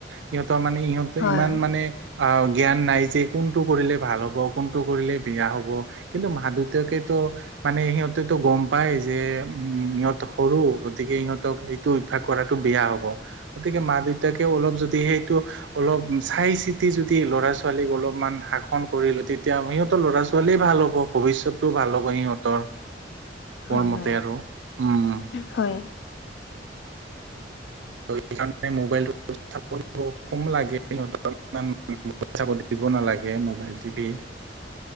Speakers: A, on the right; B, on the left.
A: সিহঁতৰ মানে ইিহঁতৰ
B: হয়
A: ইমান মানে জ্ঞান নাই যে কোনটো কৰিলে ভাল হ'ব কোনটো কৰিলে বেয়া হ'ব কিন্তু মা দেউতাকে মানে সিহঁতেটো গম পাই যে উম ইহঁত সৰু গতিকে ইহঁতক টো অভ্যাস কৰাটো বেয়া হব গতিকে মা দেউতাকে অলপ যদি সেইটো অলপ চাই চিতি যদি ল'ৰা ছোৱালীক অলপমান শাসন কৰিলে তেতিয়া সিহঁতৰ ল'ৰা ছোৱালীয়ে ভাল হ'ব। ভৱিষ্যতটো ভাল হ'ব সিহঁতৰ
B: হয়
A: মোৰ
B: হয়
A: মতে আৰু ওমম।
B: হয়
A: ত এইকাৰণে মোবাইলটো কম লাগে সিহঁত ইমান পইচা পাতি দিব নালাগে মোবাইল টিভি